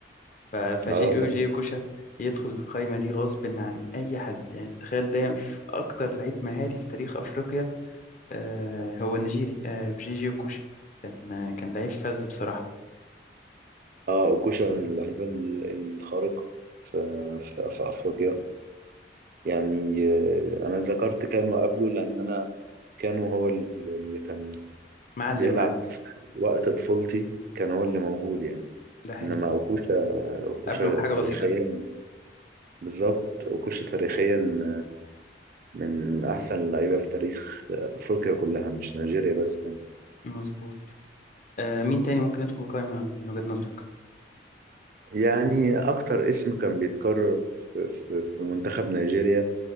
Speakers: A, on the left (about 45°); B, on the right (about 50°).
A: ف- فجي
B: اه طبعا
A: جي اوكوشا يدخل القائمه دي غصب عن اي حد يعني تخيل دايما في اكتر لعيب مهاري في تاريخ افريقيا آه هو نيجيري آه جي جي اوكوشا كان آه كان لعيب فذ بصراحه
B: اه وكوشا من اللعيبة ال- الخارقة في, في, في أفريقيا يعني آه، أنا ذكرت كانوا قبله لأن أنا كانوا هو ال- اللي كان
A: معلم
B: بيلعب
A: معاك
B: وقت طفولتي كان هو اللي موجود يعني
A: ده حقيقي
B: إنما أوكوشا أوكوشا
A: قبله بحاجه
B: تاريخيا
A: بسيطه
B: بالظبط أوكوشا تاريخيا من من أحسن اللعيبة في تاريخ أفريقيا كلها مش نيجيريا بس يعني.
A: مظبوط آه مين تاني ممكن يدخل القائمه من وجهه نظرك
B: يعني أكتر اسم كان بيتكرر في, في, في منتخب نيجيريا